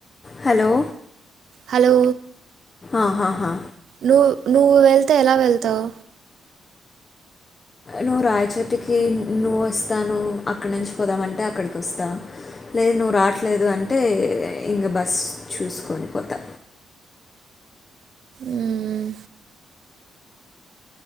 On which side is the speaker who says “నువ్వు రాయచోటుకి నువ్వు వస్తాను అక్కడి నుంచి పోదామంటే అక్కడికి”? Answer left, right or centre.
Left